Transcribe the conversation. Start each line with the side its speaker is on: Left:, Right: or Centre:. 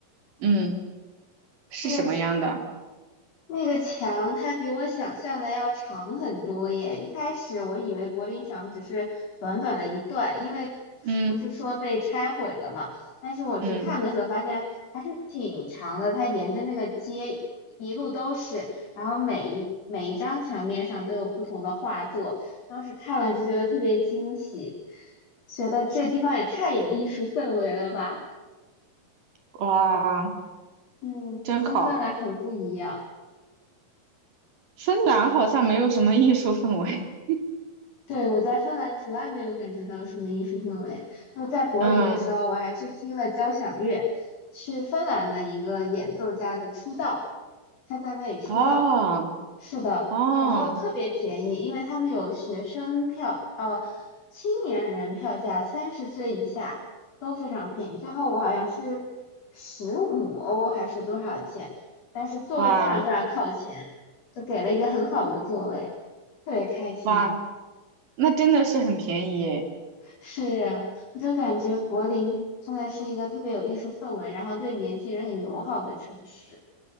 Right: 嗯，是什么样的？
Left: 那个那个墙它比我想象的要长很多耶！一开始我以为柏林墙只是短短的一段，因为
Right: 嗯
Left: 不是说被拆毁了嘛。但是我去看的时候发现还是挺长的，
Right: 嗯，
Left: 它沿着那个街一路都是，然后每一每一张墙面上都有不同的画作，当时看了就觉得特别惊喜，觉得这地方也太有艺术氛围了吧！
Right: 哇，
Left: 嗯，
Right: 真好。
Left: 跟芬兰很不一样。
Right: 芬兰好像没有什么艺术氛围。
Left: 对，我在芬兰从来没有感觉到什么艺术氛围。就在柏林的时候，
Right: <laughs> 嗯，
Left: 我还去听了交响乐，是芬兰的一个演奏家的出道，他在那里出道。
Right: 哦
Left: 是的，
Right: 哦。
Left: 然后特别便宜，因为他们有学生票，呃，青年人票价三十岁以下都非常便宜。最后我好像是十五欧还是多少钱，但是座位非常非常靠前，
Right: 哇
Left: 就给了一个很好的座位，特别开心。
Right: 哇，那真的是很便宜耶！
Left: 是啊，我就感觉柏林真的是一个特别有艺术氛围，然后对年轻人很友好的城市。